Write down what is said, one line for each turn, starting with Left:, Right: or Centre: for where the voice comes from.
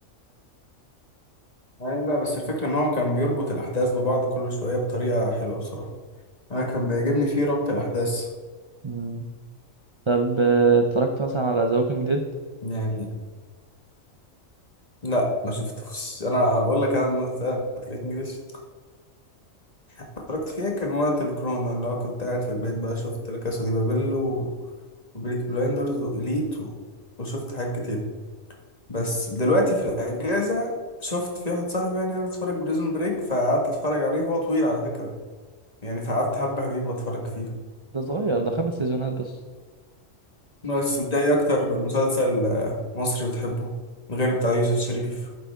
Left: يعني لا بس الفكرة ان هو كان بيربط الاحداث ببعض كل شوية بطريقة حلوة بصراحة انا كان بيعجبني فيه ربط الاحداث
Right: مم. طب آه، اتفرجت مثلا على ذا ووكينج ديد
Left: يعني لا ما شفتوش انا بقول لك انا المسلسلات الانجليش اتفرجت فيها كان وقت الكورونا اللي هو كنت قاعد في البيت بقى شفت لا كاسا دي بابيل و... وبيليك بلايندرز وإليت و... وشفت حاجات كتير بس دلوقتي في الاجازه شفت في واحد صاحبي يعني اللي اتفرج بريزون بريك فقعدت اتفرج عليه هو طويل على فكره يعني فقعدت حبه حلوين بتفرج فيه
Right: ده صغير ده خمس سيزونات بس
Left: بس انت ايه اكتر مسلسل آه، مصري بتحبه غير بتاع يوسف شريف